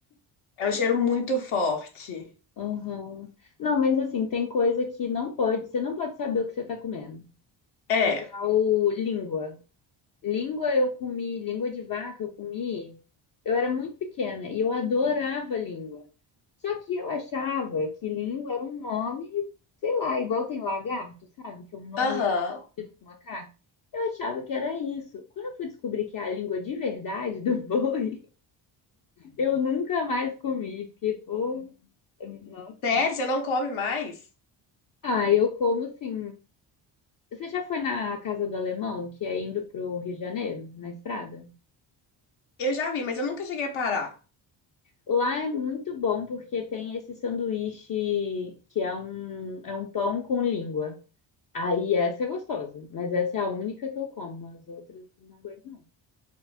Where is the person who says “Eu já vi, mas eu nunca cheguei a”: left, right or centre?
Left